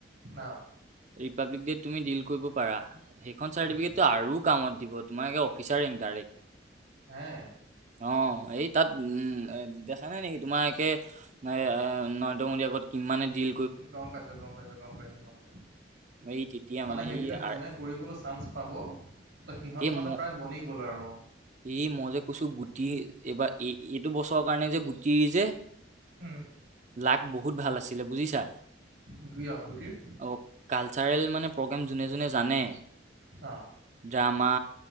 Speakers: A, on the right; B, on the right.
A: ন।
B: ৰিপাব্লিক ডেত তুমি দিল কৰিব পাৰা সেই খন চাৰ্টিফিকেটো
A: উম।
B: আৰু কামত দিব তোমাৰ ফিচাৰেং ডাইৰেক্ট
A: হে।
B: অ', এই তাত উম দেখা নাই নেকি তোমাৰ একে নাই নৰেন্দ্ৰ মোদীৰ আগত কিমানে দিল
A: গম পাইছোঁ, গম পাইছোঁ, গম পাইছোঁ গম পাইছোঁ
B: এই তেতিয়া
A: মানে সেইবিলাক
B: সেই
A: যোনে
B: আৰ-
A: কৰিবলৈ চান্স পাব তো সিহঁত
B: এই
A: মানে
B: ম
A: প্ৰায় বনি গ'ল আৰু
B: এই মই যে কৈছোঁ গুটি এইবাৰ এই এইটো বছৰৰ কাৰণে যে গুটি যে
A: উম,
B: লাক বহুত ভাল আছিলে বুজিছা।
A: <unintelligible> গুটিৰ
B: অ', কালচাৰেল মানে প্ৰগ্ৰেম যোনে, যোনে জানে
A: অ',
B: ড্ৰামা